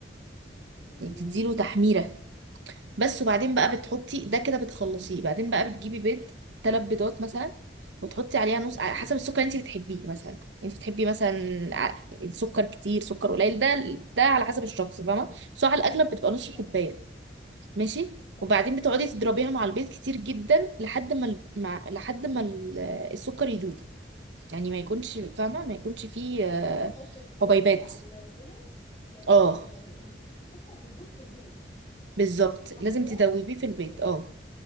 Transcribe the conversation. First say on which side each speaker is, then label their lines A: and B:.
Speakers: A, on the left; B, on the right.
A: مم.
B: يعني تديله تحميره بس وبعدين بقى بتحطي ده كده بتخلصيه بعدين بقى بتجيبي بيض ثلاث بيضات مثلا وتحطي عليها نص
A: ماشي
B: على حسب السكر اللي انت بتحبيه مثلا انت بتحبي مثلا ع- سكر كتير سكر قليل ده ده على حسب الشخص فاهمه بس هو على الاغلب بتبقى نص كوبايه
A: تمام
B: ماشي
A: تمام
B: وبعدين بتقعدي تضربيها مع البيض كتير جدا لحد ما ال- مع لحد ما ال- السكر يدوب يعني ما يكونش فاهمه ما يكونش فيه
A: يعني
B: آه،
A: انا بحط السكر
B: حبيبات
A: على البيض يعني
B: اه
A: حلو يعني ال- السكر بيدوب في البيض
B: بالظبط
A: صح
B: لازم
A: كده
B: تدوبيه في البيض
A: اوكي
B: اه